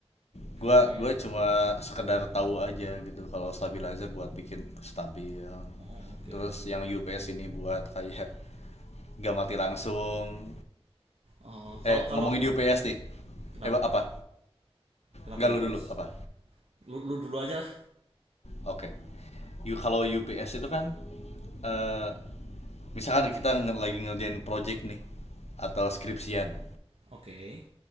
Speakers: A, on the left; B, on the right.
A: gue
B: Oke.
A: gue cuma sekedar tahu aja gitu kalau stabilizer buat bikin stabil
B: Oh, oke
A: terus
B: oke.
A: yang UPS ini buat kayak <laughs> gak mati langsung
B: Oh, kalau
A: Eh
B: kalau
A: ngomongin di UPS nih.
B: kenapa?
A: Eh ba- apa?
B: Kenapa
A: Enggak
B: UPS?
A: lu dulu apa?
B: Lu, lu dulu aja lah.
A: Oke. You kalau UPS itu kan eh misalkan kita lagi ngerjain project nih atau skripsian
B: Oke.